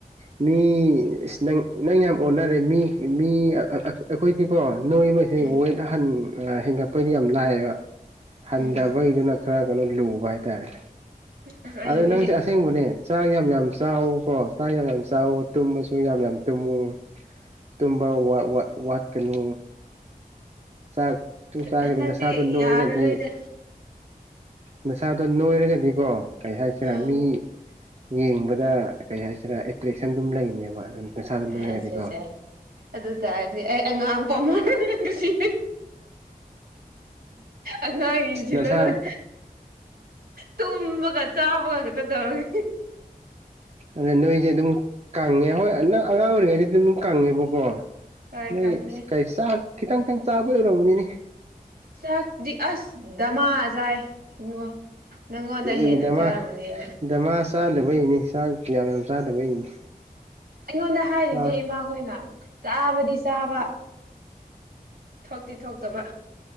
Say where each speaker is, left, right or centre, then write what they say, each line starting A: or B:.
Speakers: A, on the right; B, on the right.
A: ꯃꯤ ꯏꯁ ꯅꯪ ꯅꯪ ꯌꯥꯝ ꯑꯣꯟꯅꯔꯦ ꯃꯤ ꯑꯩꯈꯣꯏꯗꯤꯀꯣ ꯅꯣꯏ ꯃꯩꯁꯦ
B: ꯎꯝ
A: ꯋꯦꯠ ꯑꯍꯟ ꯍꯦꯟꯒꯠꯄꯩꯗꯤ ꯌꯥꯝ ꯂꯥꯛꯌꯦꯕ ꯍꯟꯊꯕꯒꯤꯗꯨꯅ
B: ꯎꯝ
A: ꯈꯔ ꯀꯩꯅꯣ ꯂꯨꯕ ꯍꯥꯏꯇꯥꯔꯦ
B: ꯑꯁ ꯑꯩꯒꯤꯗꯤ
A: ꯑꯗꯣ ꯅꯪꯁꯦ ꯑꯁ ꯑꯁꯦꯡꯕꯅꯦ ꯆꯥꯛ ꯌꯥꯝ ꯌꯥꯝ ꯆꯥꯎ ꯀꯣ ꯆꯥꯛ ꯌꯥꯝ ꯌꯥꯝ ꯆꯥꯎ ꯇꯨꯝꯕꯁꯨ ꯌꯥꯝ ꯌꯥꯝ ꯇꯨꯝꯃꯨ ꯇꯨꯝꯕ ꯋꯥꯠꯀꯅꯨ ꯆꯥꯛꯇꯨ ꯆꯥꯒꯗꯤ
B: ꯍꯟꯗꯛꯇꯤ
A: ꯅꯁꯥꯗꯣ ꯅꯣꯏꯔꯗꯤ
B: ꯌꯥꯔꯔꯣꯏꯗ
A: ꯅꯁꯥꯗꯣ ꯅꯣꯏꯔꯒꯗꯤꯀꯣ ꯀꯔꯤ ꯍꯥꯏꯁꯤꯔꯥ
B: ꯎꯝ
A: ꯃꯤ ꯌꯦꯡꯕꯗ ꯀꯩ ꯍꯥꯏꯁꯤꯔꯥ ꯑꯦꯇ꯭ꯔꯦꯛꯁꯟ ꯑꯗꯨꯝ ꯂꯩꯅꯦꯕ ꯑꯗꯨ ꯅꯁꯥꯗꯨ
B: ꯑꯦ
A: ꯅꯣꯏꯔꯒꯗꯤꯀꯣ
B: ꯁꯦ ꯁꯦ ꯑꯗꯨ ꯇꯔꯗꯤ ꯑꯩ ꯑꯉꯥꯡ ꯄꯥꯝꯃ ꯁꯤ ꯑꯉꯥꯡ ꯌꯦꯡꯁꯤꯜꯂꯔꯣꯏ
A: ꯅꯁꯥ
B: ꯇꯨꯝꯕꯒ ꯆꯥꯕꯒ ꯈꯛꯇ ꯇꯧꯔꯒꯦ
A: ꯑꯗ ꯅꯣꯏꯁꯦ ꯑꯗꯨꯝ ꯀꯪꯉꯦ ꯍꯣꯏ ꯑꯉꯥꯡ ꯑꯣꯏꯔꯤꯉꯩ ꯑꯗꯨ ꯑꯗꯨꯝ ꯀꯪꯉꯦꯕꯀꯣ
B: ꯍꯣꯏ
A: ꯅꯣꯏ
B: ꯀꯪꯕꯅꯦ
A: ꯀ ꯆꯥꯛ ꯈꯤꯇꯪ ꯈꯤꯇꯪ ꯆꯥꯕ ꯑꯣꯏꯔꯝꯃꯅꯤꯅꯦ
B: ꯆꯥꯛꯇꯤ ꯑꯁ ꯗꯃꯥ ꯆꯥ ꯏꯕꯨꯡꯉꯣ ꯅꯪꯉꯣꯟꯗ ꯍꯦꯟꯅ
A: ꯑꯦ ꯗꯃꯥ
B: ꯆꯥꯔꯝꯃꯅꯤ ꯑꯩꯅ
A: ꯗꯃꯥ ꯆꯥꯗꯕꯩꯅꯤ ꯆꯥꯛ ꯌꯥꯝ ꯌꯥꯝ ꯆꯥꯗꯕꯩꯅꯤ
B: ꯑꯩꯉꯣꯟꯗ ꯍꯥꯏꯔꯤꯅꯦ
A: ꯆꯥꯛ
B: ꯏꯃꯥꯈꯣꯏꯅ ꯆꯥꯕꯗꯤ ꯆꯥꯕ ꯊꯣꯛꯇꯤ ꯊꯣꯛꯇꯕ